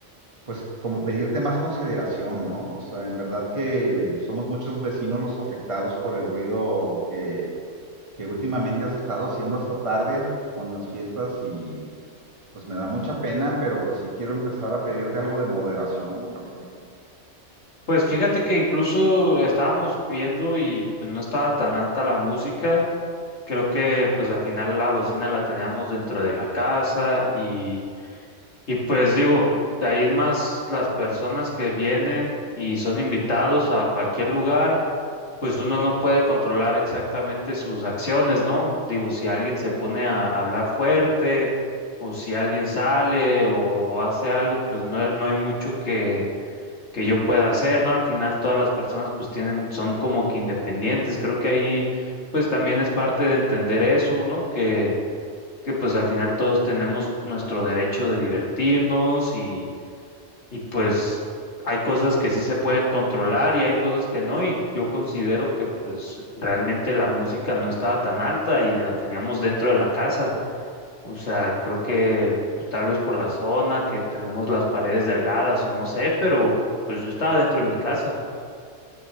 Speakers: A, on the right; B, on the left.
A: pues, como pedirte más consideración, ¿no? O sea, en verdad que somos muchos vecinos los afectados por el ruido que, que últimamente has estado haciendo hasta tarde con las fiestas y pues me da mucha pena, pero pues sí quiero empezar a pedirte algo de moderación al respecto.
B: Pues fíjate que incluso estábamos viendo y pues, no estaba tan alta la música. Creo que pues al final la bocina la teníamos dentro de la casa y, y pues digo, de ahí es más las personas que vienen y son invitados a cualquier lugar. pues uno no puede controlar exactamente sus acciones, ¿no? Digo, si alguien se pone a hablar fuerte o si alguien sale o, o hace algo, pues no, no hay mucho que, que yo pueda hacer, ¿no? Al final todas las personas pues tienen, son como que independientes. Creo que ahí pues también es parte de entender eso, ¿no? Que, que pues al final todos tenemos nuestro derecho de divertirnos y y pues hay cosas que sí se pueden controlar y hay cosas que no, y yo considero que pues realmente la música no estaba tan alta y la teníamos dentro de la casa. O sea, creo que pues, tal vez por la zona que tenemos las paredes delgadas o no sé, pero pues yo estaba dentro de mi casa.